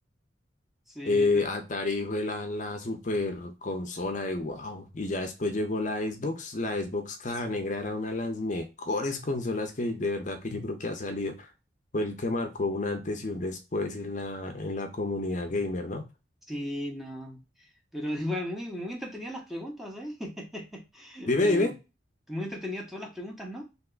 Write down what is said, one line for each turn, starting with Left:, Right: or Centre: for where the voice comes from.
Centre: Sí,
Left: eh,
Centre: de-
Left: Atari fue la, la super consola de wow. Y ya después llegó la Xbox. La Xbox Caja Negra era una de las mejores consolas que de verdad que yo creo que ha salido. Fue el que marcó un antes y un después en la, en la comunidad gamer, ¿no?
Centre: sí, no. Pero <laughs> igual, muy, muy entretenidas las preguntas, ¿eh? <laughs>
Left: Dime,
Centre: Eh,
Left: dime.
Centre: Muy entretenidas todas las preguntas, ¿no?